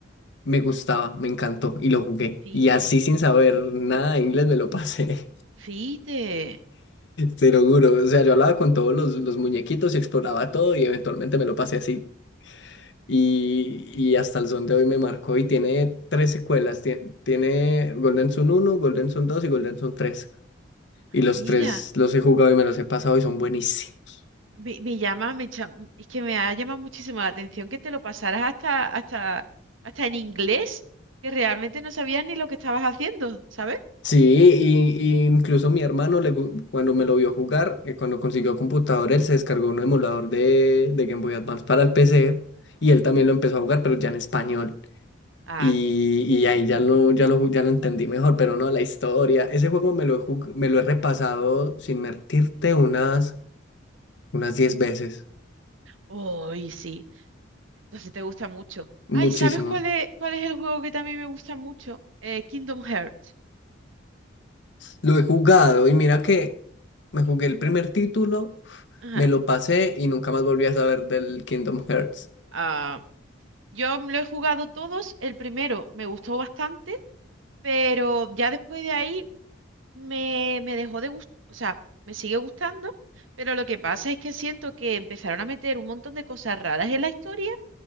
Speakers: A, on the left; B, on the right.
A: me gustaba, me encantó y lo jugué.
B: Fíjate,
A: Y así sin saber nada de inglés me lo pasé.
B: fíjate,
A: Te lo juro, o sea, yo hablaba con todos los, los muñequitos y exploraba todo y eventualmente me lo pasé así. Y, y hasta el son de hoy me marcó y tiene tres secuelas, tiene tiene, Golden Sun uno Golden Sun 2 y Golden Sun tres Y los
B: mira,
A: tres los he jugado y me los he pasado y son buenísimos.
B: me, me llama, me cha- es que me ha llamado muchísimo la atención que te lo pasaras hasta, hasta, hasta en inglés, que realmente no sabías ni lo que estabas haciendo, ¿sabes?
A: Sí, y, y incluso mi hermano le gu- cuando me lo vio jugar, eh, cuando consiguió computador, él se descargó un emulador de, de Game Boy Advance para el PC y él también
B: Ujú.
A: lo empezó a jugar, pero ya en español.
B: Ah,
A: Y, y ahí ya lo, ya lo, ju- ya lo entendí mejor, pero no, la historia. Ese juego me lo, he jug- me lo he repasado sin mentirte unas, unas diez veces.
B: hoy sí, entonces te gusta mucho.
A: Muchísimo.
B: Ay, ¿sabes cuál es, cuál es el juego que también me gusta mucho? Eh, Kingdom Hearts.
A: Lo he jugado y mira que me jugué el primer título,
B: Ajá.
A: me lo pasé y nunca más volví a saber del Kingdom Hearts.
B: ah Yo lo he jugado todos, el primero me gustó bastante, pero ya después de ahí me, me dejó de gustar, o sea, me sigue gustando, pero lo que pasa es que siento que empezaron a meter un montón de cosas raras en la historia